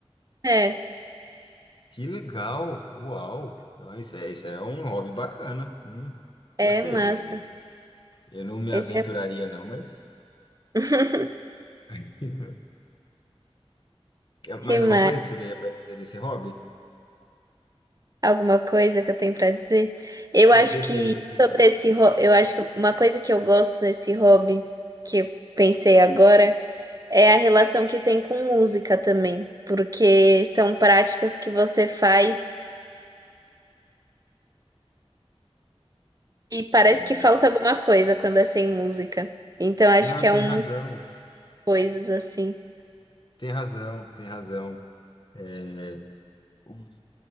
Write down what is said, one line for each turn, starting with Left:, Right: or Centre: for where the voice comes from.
Right: É.
Left: Que legal! Uau! Não, isso é, isso é um hobby bacana. Hum, gostei,
Right: É massa.
Left: gostei. Eu não me
Right: Esse
Left: aventuraria
Right: é.
Left: não, mas
Right: <laughs>
Left: <laughs> mais
Right: Que
Left: alguma
Right: mais?
Left: coisa que você teria para dizer desse hobby?
Right: Alguma coisa que eu tenho pra dizer? Eu
Left: É,
Right: acho
Left: Desse
Right: que
Left: aí em específico.
Right: sobre esse, ho- eu acho que uma coisa que eu gosto nesse hobby que eu pensei agora é a relação que tem com música também, porque são práticas que você faz e parece
Left: É,
Right: que falta alguma coisa quando é sem música. Então acho
Left: Não,
Right: que
Left: tem
Right: é um
Left: razão,
Right: coisas assim.
Left: tem razão, tem razão. É, o-